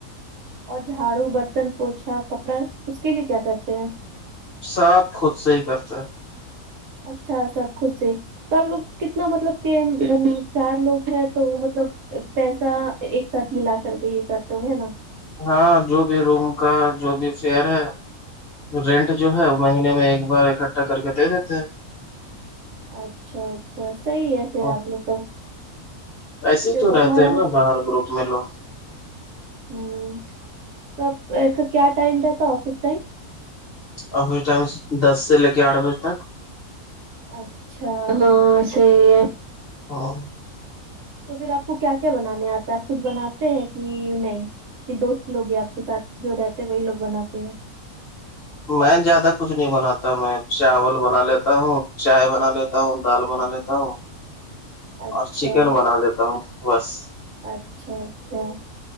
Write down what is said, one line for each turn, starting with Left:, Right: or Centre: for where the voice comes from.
Right: اور جھاڑو برتن پوچھا کپڑا اس کے لیے کیا کرتے ہیں
Left: ساب خود سے ہی کرتا ہے
Right: اچھا سب خد سے تو آب لوگ کتنا مطلب کہ چار لوگ ہیں تو مطلب پیسہ ایک سات ملا کر کے یہ کرتے ہوں نا
Left: ہاں جو بھی روم کا جو بھی فیئر ہے رینٹ جو ہے وہ مہینے میں ایک بار اکٹھا کر کے دے دیتے ہیں
Right: اچھا اچھا صحیح ہے پھر
Left: ہاں
Right: آپ لوگ کا
Left: ایسے ہی
Right: پھر
Left: تو
Right: باہر
Left: رہتے ہیں نا باہر گروپ میں لوگ
Right: ہوں تو اب کیا ٹائم رہتا آفس ٹائم
Left: اورفس ٹائم دس سے لے کے آٹھ بجے تک
Right: اچھا ہاں صحیح ہے
Left: ہاں
Right: تو پھر آپ کو کیا کیا بنانے آتا ہے آپ کچھ بناتے ہیں کہ نہیں دوست لو یہ آپ کے ساتھ جو رہتے ہیں وہی لوگ بناتے ہیں
Left: میں زیادہ کچھ نہیں بناتا میں چاول بنا لیتا ہوں چائے بنا لیتا ہوں دال بنا لیتا ہوں
Right: اچھا
Left: اور چکن بنا لیتا ہوں بس
Right: اچھا اچھا